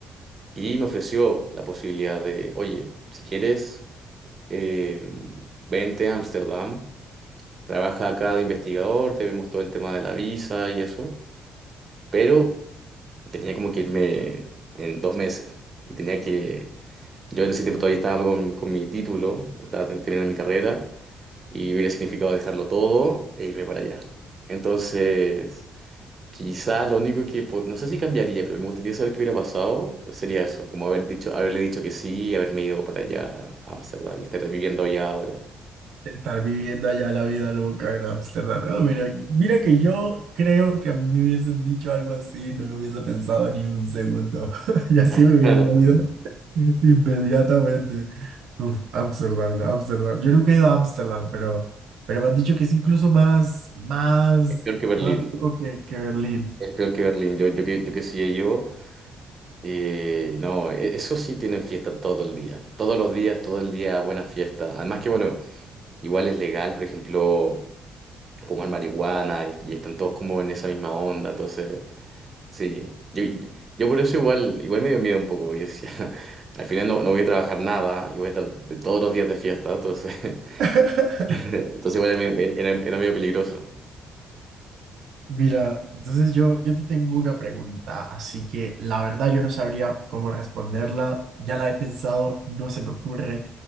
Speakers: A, on the right; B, on the right.
A: Y me ofreció la posibilidad de, oye, si quieres, eh, vente a Ámsterdam, trabaja acá de investigador, te vemos todo el tema de la visa y eso. Pero tenía como que irme en dos meses y tenía que, yo en ese tiempo todavía estaba con, con mi título, estaba te- terminando mi carrera y hubiera significado dejarlo todo e irme para allá. Entonces, quizás lo único que, po- no sé si cambiaría, pero me gustaría saber qué hubiera pasado, sería eso, como haber dicho, haberle dicho que sí y haberme ido para allá a Ámsterdam y estar viviendo allá ahora.
B: Estar viviendo allá la vida loca en Ámsterdam. Ah, mira, mira que yo creo que a mí me hubiesen dicho algo así, no lo hubiese pensado ni un segundo. <laughs> Y así
A: <laughs>
B: me hubiera ido inmediatamente. Uf, Ámsterdam, Ámsterdam. Yo nunca he ido a Ámsterdam, pero, pero me han dicho que es incluso más, más,
A: Es peor que Berlín,
B: más loco que, que Berlín.
A: es peor que Berlín, yo, yo que, yo que sí he ido. Eh, no, e- eso sí tienen fiesta todo el día. Todos los días, todo el día, buena fiesta. Además que, bueno, igual es legal, por ejemplo, fumar marihuana y, y están todos como en esa misma onda. Entonces, sí. Yo, yo- yo por eso igual, igual me dio miedo un poco, porque decía, <laughs> al final no, no voy a trabajar nada y voy a estar de todos los días de fiesta. Entonces, <laughs>
B: <laughs>
A: entonces igual era, medio- era, era medio peligroso.
B: Mira, entonces yo, yo te tengo una pregunta, así que la verdad yo no sabría cómo responderla, ya la he pensado, no se me ocurre,